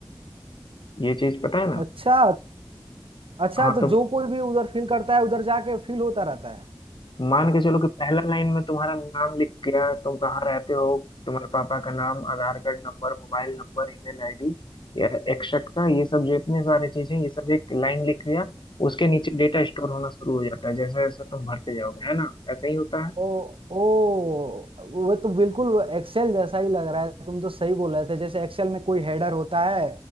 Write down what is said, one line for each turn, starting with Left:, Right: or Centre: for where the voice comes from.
Left: ये चीज पता है ना
Right: अच्छा अच्छा
Left: हाँ
Right: तो
Left: तो
Right: जो कोई भी उधर फील करता है उधर जाके फील होता रहता है
Left: मान के चलो कि पहला लाइन में तुम्हारा नाम लिख गया तुम कहाँ रहते हो तुम्हारे पापा का नाम Aadhaar card number mobile number email ID या एक्सेट्रा ये सब जितने सारे चीजें ये सब एक लाइन लिख लिया उसके नीचे डेटा स्टोर होना शुरू हो जाता है जैसे जैसे तुम भरते जाओगे है ना ऐसा ही होता है
Right: ओ ओ वो तो बिल्कुल एक्सेल जैसा ही लग रहा है तुम तो सही बोल रहे थे जैसे एक्सेल में कोई हेडर होता है